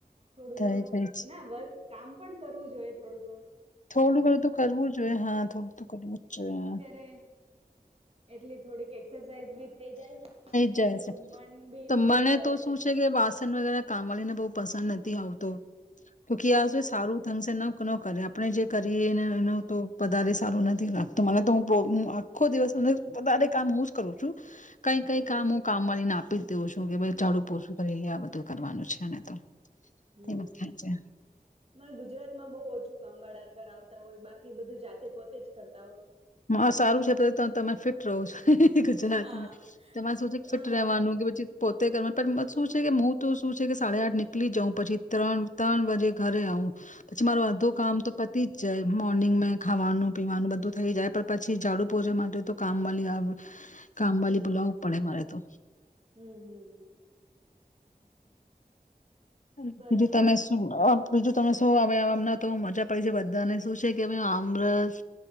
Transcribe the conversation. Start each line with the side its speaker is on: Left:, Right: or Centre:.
Right: થોડું
Left: થાય
Right: ઘણું
Left: જાય છે
Right: ના વર્ક કામ પણ કરવું જોઈએ થોડુંક.
Left: થોડું ઘડું તો કરવું જ જોઈએ હા થોડું તો કરવું જ જોઈએ.
Right: અત્યારે એટલી થોડીક એક્સરસાાઈઝ બી થઇ જાય. ને
Left: <unintelligible>
Right: એલું મન બી
Left: તો મને
Right: થોડુંક
Left: તો
Right: એમ
Left: શું છે કે પાસન વગેરા કામ વાળી ને બહુ. પસંદ નથી આવતોકી
Right: હમ
Left: આ સારું થશે ન કરે આપણે જે કરીએ એને એનો તો પધારે સારું નથી રાખતો મને તો હું આખો દિવસ મને વધારે કામ હું જ કરું છું. કઈ કઈ
Right: હમ
Left: કામ હું કામવાળી ને આપું. શું કે ભ જાાડુ પોરછું કરી લે આ બધું કરવાનું છે અનેને તો.
Right: હમ
Left: એમ જ થાય છે.
Right: મને ગુજરાત માં બહુ ઓછું કામ વાળા કર આવતા હોય બાકી બધું જાતે પોતે જ કરતા હોય
Left: હા સારું છે પ તમે ફિટ રહો છો ગુજરાતમાં
Right: હા
Left: તો મે સોચ્યા કે
Right: હા
Left: ફિટ રવાનું કે પછી પોતે કરવા પણ શું છે કે હું તો શું છે કે સાડા આઠ નીકળી જાઉં પછી ત્રણ ત્રણ વાજે ઘરે આવું પછી માર
Right: હા
Left: અડધો કામ તો પતિ જ જાય મોર્નિંગ મે ખાવાનું પીવાનું બધું થઈ જાય પછી ઝાડુ પોજા માટે તો કામવાળી આવે કામવાલી
Right: હમ
Left: બુલાવું પડે મારે તો
Right: હમ હમ હમ
Left: હમ
Right: બરાબર
Left: બીજું તમે
Right: છે
Left: શું બીજું તમે શું હવેમ તો મજા પડી છે બધાને શું છે કે આમરસ